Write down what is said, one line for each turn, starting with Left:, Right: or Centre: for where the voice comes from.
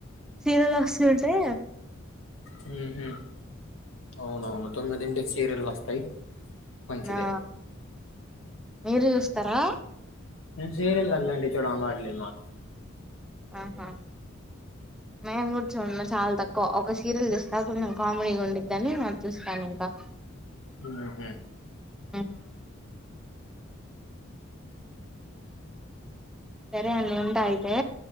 Centre: సీరియల్ వస్తుంటే.
Left: హు హూ! అవునవును, తొమ్మిదింటికి సీరియల్ వస్తాయి. మంచిదే
Centre: ఆ మీరు చూస్తారా?
Left: నేను సీరియల్ అట్లాంటివి చూడ అలవాట్లేదు మాకు.
Centre: ఆహా! మేము కూడా చాలా తక్కువ ఒక సీరియల్ చూస్తా కొంచెం కామెడీగా ఉందని చూస్తాను. కా <unintelligible>
Left: హ్మ్ హు!
Centre: ఉమ్ <unintelligible> సరే అండి ఉంటా. అంటే?